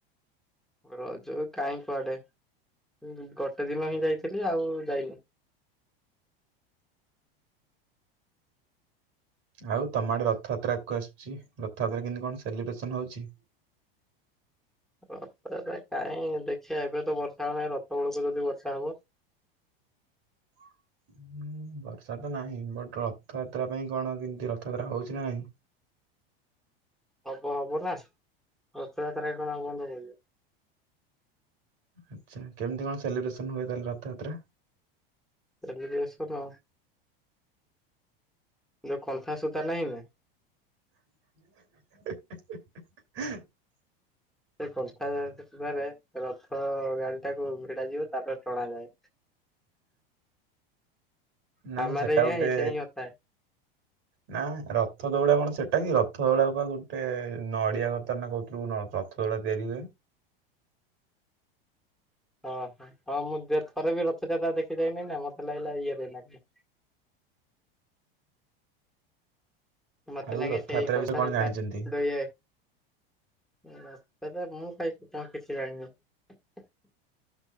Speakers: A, in the centre; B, on the right.
A: ରଜକୁ କାଇଁ କୁଆଡେ ଉଁ ଗୋଟେ ଦିନ ହିଁ ଯାଇଥିଲି ଆଉ ଯାଇନି।
B: ଆଉ ତମଆଡେ ରଥଯାତ୍ରାକୁ ଆସୁଛି ରଥଯାତ୍ରା କେମତି କଣ ସେଲିବ୍ରେସନ ହଉଛି?
A: ରଥରେ କାହିଁ ଦେଖିବା ଏବେ ତ ବର୍ଷା ହଉ ନାହିଁ ରଥ ବେଳକୁ ଯଦି ବର୍ଷା ହବ।
B: <inaudible> ବର୍ଷା ତ ନାହିଁ ବଟ୍ ରଥଯାତ୍ରା ପାଇଁ କଣ କେମିତି ରଥଯାତ୍ରା ହଉଛି ନା ନାଇଁ?
A: ହବ ହବ ନା ରଥଯାତ୍ରା ଇଏ କଣ ଆଉ ବନ୍ଦ ହବ କି ଆଉ।
B: ଆଚ୍ଛା କେମିତି କଣ ସେଲିବ୍ରେସନ ହୁଏ ତାଲେ ରଥଯାତ୍ରା?
A: ଏବେ ବି ଆସୁନ ଯୋଉ କନ୍ଥାସୂତା ନାହିଁ ନା।
B: ହେଁ ହେଁ ହେଁ ହେଁ ହେଁ ହେଁ।
A: ସେ କଣ୍ଟା କାଟିବାରେ ରଥ ତ ଗାଡି ଟାକୁ ଭିଡା ଯିବ, ତାପରେ ଟଣା ଯାଏ।
B: ନା
A: ହାମାରେ
B: ମୁଁ ସେଟା
A: ୟାହାଁ
B: ଗୋଟେ
A: ଏସା ହିଁ ହୋତା ହେଁ।
B: ନା ରଥ ଦଉଡା କଣ ସେଟା କି? ରଥ ଦଉଡା ବା ଗୋଟେ ନଡିଆ କତା ନା କୋଉଥିରୁ ନ ରଥ <unintelligible>
A: ଅ ହ ହଁ ମୁଁ ଦେ ଥରେ ବି ରଥଯାତ୍ରା ଦେଖି ଯାଇନି ନା! ମତେ ଲାଗିଲା ଇଏରେ ଲାଗିଲା ମତେ
B: ଆଉ
A: ଲାଗେ
B: ରଥଯାତ୍ରା
A: ସେଇ କଞ୍ଚା
B: ବିଷୟରେ କଣ
A: ଗଟା
B: ଜାଣିଛନ୍ତି
A: ଦୁଇ <unintelligible> ତ ମୁଁ ଖାଇି କଣ କିଛି ଜାଣିନି <unintelligible>